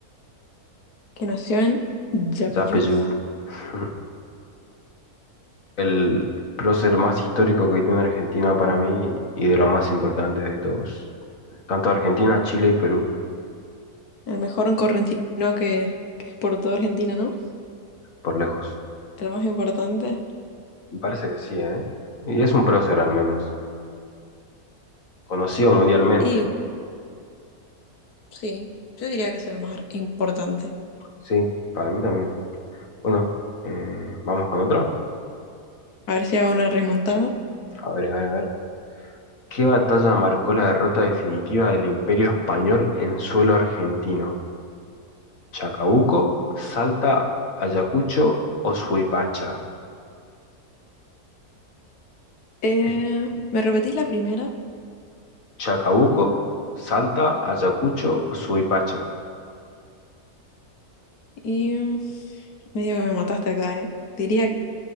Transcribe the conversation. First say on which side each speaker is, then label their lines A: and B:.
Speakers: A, on the left; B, on the left.
A: que nació en Yapeyú.
B: Yapeyú. <laughs> El prócer más histórico que tiene Argentina para mí y de lo más importante de todos. Tanto Argentina, Chile y Perú,
A: El mejor en correntino que, que exportó Argentina, ¿no?
B: por lejos.
A: El más importante.
B: Me parece que sí, ¿eh? Y es un prócer al menos. Conocido mundialmente.
A: Y sí, yo diría que es el más importante.
B: Sí, para mí también. Bueno, eh, vamos con otro.
A: A ver si hago una remontada.
B: A ver, a ver, a ver. ¿Qué batalla marcó la derrota definitiva del Imperio Español en suelo argentino? ¿Chacabuco, Salta, Ayacucho o Suipacha?
A: Eh,
B: ¿Qué?
A: me repetís la primera
B: ¿Chacabuco, Salta, Ayacucho o Suipacha?
A: y mm, medio que me mataste acá, ¿eh? Diría que